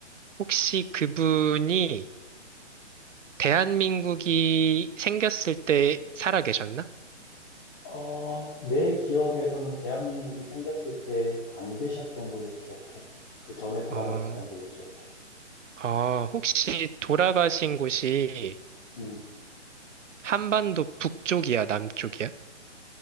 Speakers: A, on the right (about 80°); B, on the left (about 20°).
A: 혹시 그분이 대한민국이 생겼을 때 살아 계셨나?
B: 어, 내 기억에서는 대한민국이 생겼을 때 안 계셨던 걸로 기억해. 그 전에 돌아가셨던
A: 어,
B: 걸로 기억해.
A: 아, 혹시 돌아가신 곳이
B: 음,
A: 한반도 북쪽이야, 남쪽이야?